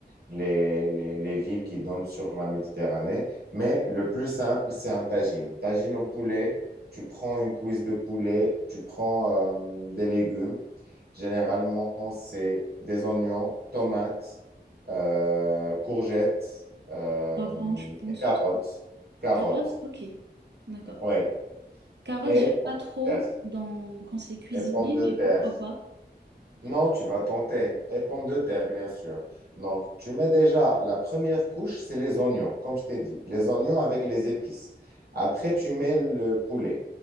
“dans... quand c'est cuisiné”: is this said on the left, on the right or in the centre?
Right